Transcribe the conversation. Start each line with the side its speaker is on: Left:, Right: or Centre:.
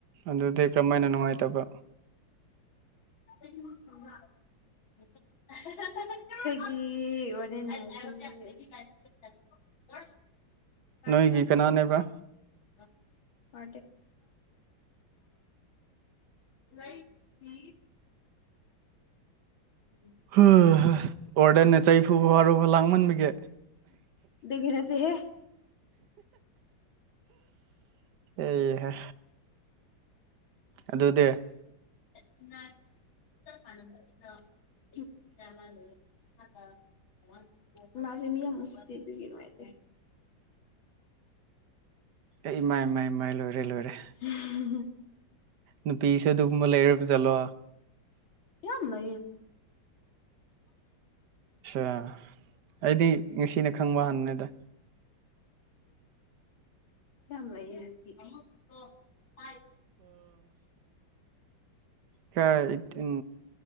Right: ꯑꯗꯨꯗꯤ ꯀꯔꯝꯍ ꯍꯥꯏꯅ ꯅꯨꯡꯉꯥꯏꯇꯕ
Left: ꯑꯩ ꯊ ꯁ꯭ꯋꯒꯤ ꯋꯥꯔꯤꯅꯤ ꯅꯠꯇ ꯀꯥꯏ
Right: ꯅꯣꯏꯒꯤ ꯀꯅꯥꯅꯦꯕ
Left: ꯍ ꯔꯥꯏ ꯍ ꯎꯝ
Right: ꯍ ꯍ ꯍ ꯑꯣꯔꯗꯟꯅ ꯆꯩꯐꯨꯕ ꯋꯥꯔꯨꯕ ꯂꯥꯡꯃꯟꯕꯒꯦ
Left: ꯗꯒꯤꯅꯠꯇ ꯍꯦ
Right: ꯑꯦꯍ ꯑꯗꯨꯗꯤ
Left: <inaudible> ꯃꯥꯖꯤ ꯃꯌꯥ ꯃꯁꯇꯗ ꯀꯅꯣꯥꯏ
Right: ꯑꯦ ꯏꯃꯥꯏ ꯏꯃꯥꯏ ꯏ ꯃꯥꯏ ꯂꯣꯏꯔꯦ ꯂꯣꯏꯔꯦ
Left: ꯎꯝ
Right: ꯅꯨꯄꯤꯁꯨ ꯑꯗꯨꯒꯨꯝꯕ ꯂꯩꯔꯔꯕ ꯖꯠꯂꯣ
Left: ꯌꯥꯝ ꯅ
Right: ꯑꯠꯁꯥ ꯑꯩꯗꯤ ꯉꯁꯤꯅ ꯈꯪꯕ ꯍꯥꯟꯅꯤꯗ
Left: <inaudible> ꯂꯩ ꯑ
Right: ꯀꯦ ꯑꯩꯠꯇꯤꯟ